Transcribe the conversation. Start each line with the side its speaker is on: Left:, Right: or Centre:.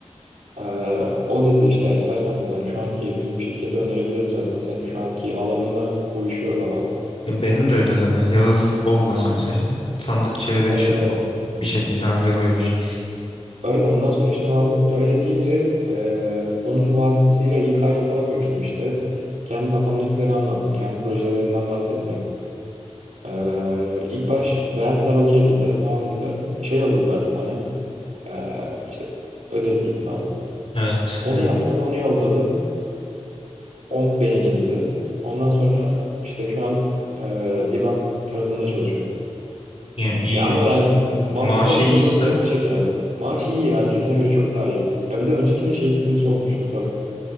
Right: Ee, o dedi işte istersen dedi hani şu anki bizim şirkete önerebilirim zaten senin şu anki alanınla uyuşuyor falan.
Left: Ya Benim de öyle zaten. Yağız olmasa mesela işte sandık çevre
Right: Evet
Left: bir şey okum.
Right: evet.
Left: Bir şekilde halloluyor iş.
Right: Öyle ondan sonra işte Mahmut öyle deyince e, onun vasıtasıyla İK ile falan görüştüm işte. Kendi kafamdakileri anlattım. Kendi projelerimden bahsettim. Ee, ilk baş beğendiler okey dediler tamam dediler. Şey yolladılar bir tane. Ee, işte ödev diyeyim sana.
Left: Evet
Right: Onu
Left: yani,
Right: yaptım onu yolladım. O beğenildi. Ondan sonra işte şu an e, Dibak tarafında çalışıyorum.
Left: yani iyi.
Right: Ya ama yani Mahmut
Left: Maaşı
Right: olmasa
Left: iyiyse
Right: çok sıkıntı çekerdim. Maaş iyi ya. Öncekine göre çok daha iyi. Ya bir de öncekinde şey sıkıntısı olmuştu Toy.